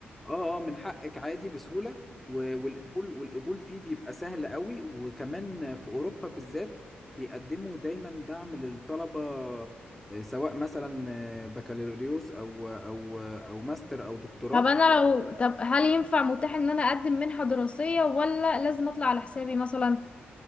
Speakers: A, in the centre; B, on the left (about 30°).
A: اه اه من حقك عادي بسهولة و- والقبول والقبول فيه بيبقى سهل قوي وكمان في اوروبا بالذات بيقدموا دايما دعم للطلبة آه، سواء مثلا آه، بكالوريوس او او او ماستر او دكتوراه
B: طب انا لو طب هل ينفع متاح ان انا اقدم منحة دراسية ولا لازم اطلع على حسابي مثلا